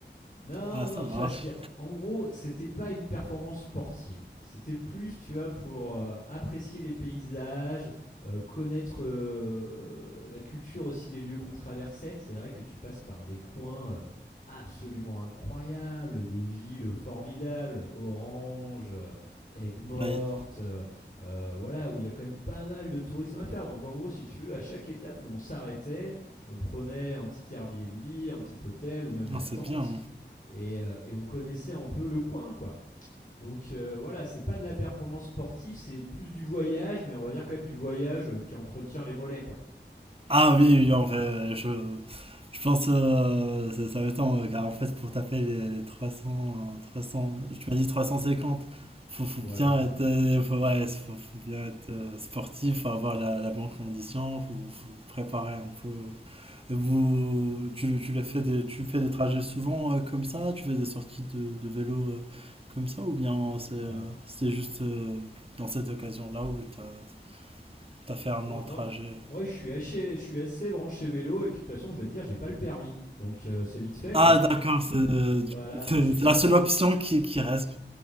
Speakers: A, on the left; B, on the right.
A: Non,
B: Ah, ça
A: non,
B: marche.
A: tu vois, c'était en gros, c'était pas une performance sportive. C'était plus, tu vois, pour euh, apprécier les paysages, euh, connaître euh, la culture aussi des lieux qu'on traversait. C'est vrai que tu passes par des coins euh, absolument incroyables, des villes formidables, Orange, euh, Aigues-Mortes,
B: Ouais,
A: euh, euh, voilà, où il y a quand même pas mal de tourisme à faire. Donc en gros, si tu veux, à chaque étape, nous on s'arrêtait, on prenait un petit Airbnb, un petit hôtel ou même
B: non,
A: la
B: c'est
A: tente
B: bien.
A: et, euh, et on connaissait un peu le coin, quoi. Donc euh, voilà, c'est pas de la performance sportive, c'est plus du voyage, mais on va dire quand même du voyage euh, qui entretient les mollets, quoi.
B: Ah oui, oui, en fait, je, je pense euh, ça, ça va être temps, euh, car en fait, pour taper les, les 300, euh, 300, tu m'as dit trois cent cinquante faut, faut
A: Ouais, à
B: bien
A: peu près,
B: être,
A: ouais.
B: euh, faut, ouais, faut, faut bien être euh, sportif, faut avoir la, la bonne condition, faut, faut préparer un peu. Et vous, tu, tu l'as fait des, tu fais des trajets souvent euh, comme ça, tu fais des sorties de, de vélo euh, comme ça, ou bien c'est euh,
A: Ben,
B: c'est juste euh, dans cette occasion-là où tu as, fait un
A: moi,
B: long
A: moi,
B: trajet
A: moi, je suis assez, je suis assez branché vélo, et puis de toute façon, je vais te dire, j'ai pas le permis, donc euh, c'est vite fait,
B: Ah
A: quoi.
B: d'accord, c'est
A: Voilà,
B: c'est-
A: je suis
B: c'est la
A: un peu,
B: seule option qui, qui reste.